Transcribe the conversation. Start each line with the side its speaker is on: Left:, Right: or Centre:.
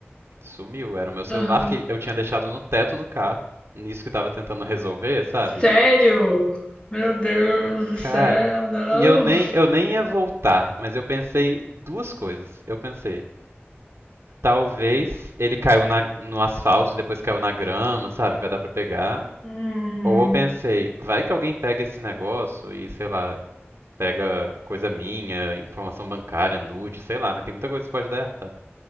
Right: Sumiu, era o meu celular
Left: Aham.
Right: que eu tinha deixado no teto do carro. Nisso que eu tava tentando resolver, sabe?
Left: Sério? Meu Deus do
Right: Cara,
Left: céu, não.
Right: e eu nem eu nem ia voltar, mas eu pensei duas coisas. Eu pensei, talvez ele caiu na- no asfalto e depois caiu na grama, sabe? Vai dar pra pegar.
Left: Uhum.
Right: Ou eu pensei, vai que alguém pega esse negócio e, sei lá, pega coisa minha, informação bancária, nude, sei lá, né? Tem muita coisa que pode dar errado.